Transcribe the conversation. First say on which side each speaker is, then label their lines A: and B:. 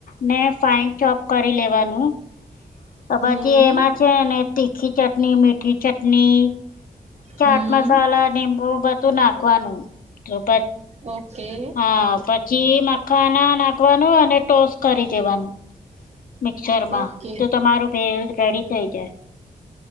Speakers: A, on the left; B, on the right.
A: ને ફાઇન ચોપ કરી લેવાનું તો
B: હમ
A: પછી એમાં છે ને તીખી ચટણી મીઠી ચટણી ચાટ
B: હમ
A: મસાલા ને બો બધું નાખવાનું પ
B: ઓકે
A: હા પછી મખાના નાખવાનું અને ટોસ કરી દેવાનું. મિક્સરમાં
B: ઓકે
A: તો તમારો ભેલ રેડી થઈ જાય.